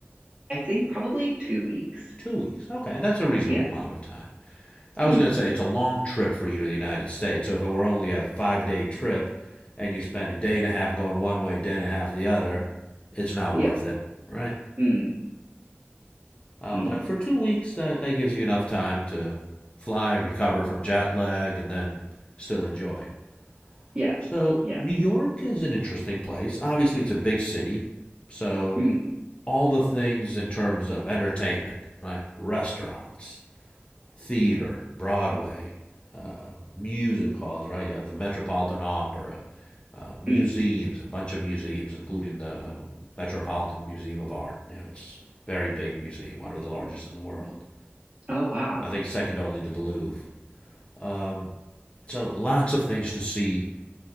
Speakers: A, on the right (about 25°); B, on the left (about 25°).
A: I think probably two weeks.
B: Two weeks. Okay, that's a reasonable
A: Yeah.
B: amount of time. I
A: Mm,
B: was going to say it's a long trip for you to the United States. So if it were only a five day trip and you spend a day and a half going one way, day and a half the other, it's not
A: yeah.
B: worth it, right?
A: Mm,
B: Uh,
A: mm,
B: but for two weeks, that, that gives you enough time to fly, recover from jet lag, and then still enjoy.
A: yeah.
B: So,
A: Yeah.
B: New York is an interesting place. Obviously, it's a big city. So,
A: Mm,
B: all the things in terms of entertainment, right? Restaurants, theater, Broadway, uh, music halls, right? You have the Metropolitan Opera, uh, museums,
A: mm.
B: a bunch of museums, including the Metropolitan Museum of Art. You know, it's a very big museum, one of the largest in the world.
A: Oh wow.
B: I think second only to the Louvre. Um, so lots of things to see